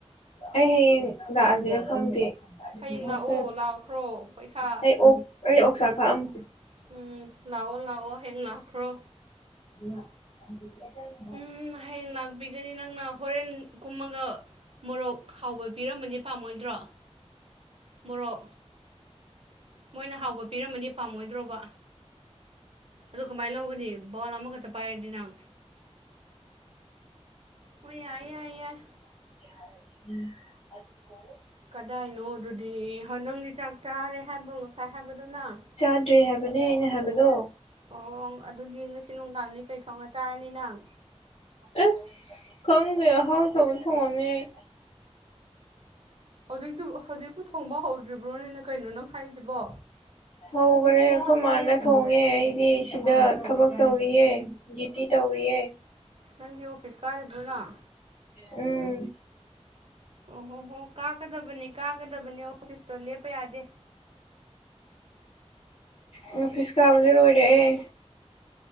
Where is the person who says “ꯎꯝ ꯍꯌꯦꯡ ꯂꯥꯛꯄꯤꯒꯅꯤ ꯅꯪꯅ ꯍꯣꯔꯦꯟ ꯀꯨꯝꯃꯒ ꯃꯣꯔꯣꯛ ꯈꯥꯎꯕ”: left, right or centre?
Right